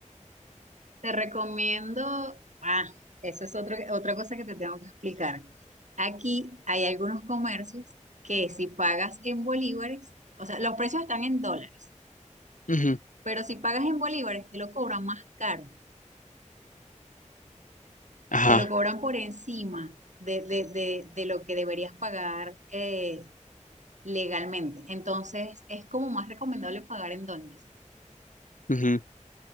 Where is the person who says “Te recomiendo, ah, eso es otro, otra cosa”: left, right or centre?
Right